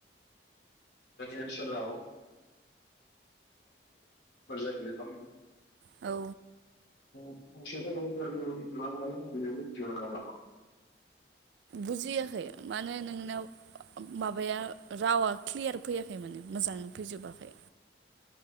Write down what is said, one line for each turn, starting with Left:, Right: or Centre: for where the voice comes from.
Left: ओनसोला <unintelligible> नङा होनबा?
Right: औ
Left: <unintelligible>
Right: बुजियाखै माने नोंनाव माबाया रावा क्लियार फैयाखै माने मोजाङै फैजोबाखै।